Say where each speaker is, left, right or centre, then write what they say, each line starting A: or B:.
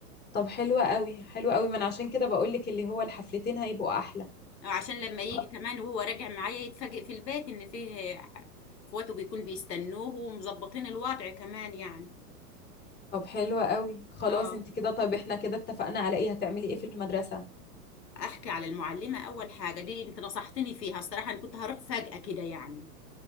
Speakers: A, on the left (about 20°); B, on the left (about 80°).
A: طب حلوة قوي حلوة قوي ما انا عشان كده بقولك اللي هو الحفلتين هيبقوا احلى
B: عشان لما يجي
A: خ-
B: كمان وهو راجع معايا يتفاجئ في البيت ان فيه اخواته بيكون بيستنوه ومظبطين الوضع كمان يعني
A: طب حلوة قوي خلاص
B: اه
A: انت كده طيب احنا كده اتفقنا على ايه هتعملي ايه في المدرسة
B: احكي على المعلمة اول حاجة دي انت نصحتني فيها الصراحة انا كنت هروح فجأة كده يعني